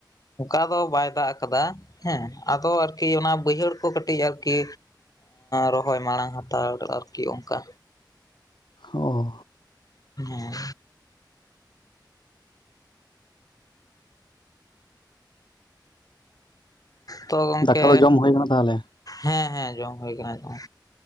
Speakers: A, on the left; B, on the left.
A: ᱚᱱᱠᱟ ᱫᱚ ᱵᱟᱭ ᱫᱟᱜ ᱟᱠᱟᱫᱟ ᱾ ᱦᱮᱸ ᱟᱫᱚ ᱟᱨᱠᱤ ᱚᱱᱟ ᱵᱟᱹᱭᱦᱟᱹᱲ ᱠᱚ ᱠᱟᱹᱴᱤᱡ ᱟᱨᱠᱤ ᱨᱚᱦᱚᱭ ᱢᱟᱲᱟᱝ ᱦᱟᱛᱟᱲ ᱟᱨᱠᱤ ᱚᱱᱠᱟ
B: ᱦᱚᱸ-ᱚ
A: ᱦᱮᱸ ᱛᱚ ᱜᱚᱢᱠᱮ
B: ᱫᱟᱠᱟ ᱫᱚ ᱡᱚᱢ ᱦᱩᱭ ᱠᱟᱱᱟ ᱛᱟᱦᱚᱞᱮ
A: ᱦᱮᱸ ᱦᱮᱸ ᱡᱚᱢ ᱦᱩᱭ ᱟᱠᱱᱟ ᱮᱠᱷᱮᱱ ᱫᱚ ᱾